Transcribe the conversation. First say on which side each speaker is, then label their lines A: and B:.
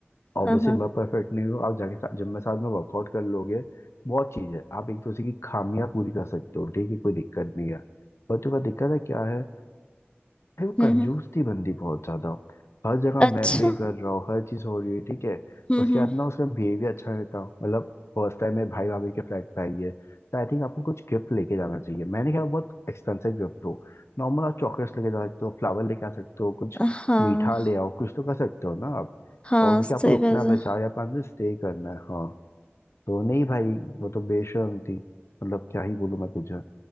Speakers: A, on the left; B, on the left.
A: ऑब्वियसली
B: हाँ हाँ
A: मैं परफेक्ट नहीं हूँ आप जाके साथ, जब मैं साथ में वर्कआउट कर लोगे बहुत चीज है आप एक दूसरे की खामियां पूरी कर सकते हो ठीक है कोई दिक्कत नहीं है पर तुम्हें दिक्कत है क्या है भाई वो
B: हम्म
A: कंजूस
B: हम्म,
A: थी बंदी बहुत ज्यादा हर जगह
B: अच्छा
A: मैं पे कर रहा हूँ हर चीज हो रही है ठीक है
B: हम्म
A: उसके
B: हम्म
A: बाद ना उसका बिहेवियर अच्छा नहीं था मतलब फर्स्ट टाइम मेरे भाई भाभी के फ्लैट पे आई है तो आई थिंक आपको कुछ गिफ्ट लेके जाना चाहिए मैंने कहा बहुत एक्सपेंसिव गिफ्ट हो नॉर्मल आप चॉकलेट्स लेके जा सकते हो फ्लावर लेके आ सकते हो कुछ
B: हाँ
A: मीठा ले आओ कुछ तो कर सकते हो ना आप
B: हाँ
A: और क्योंकि
B: सही
A: आपको रुकना
B: बात है
A: है चार या पाँच दिन स्टे करना है हाँ तो नहीं भाई वो तो बेशर्म थी मतलब क्या ही बोलूँ मैं तुझे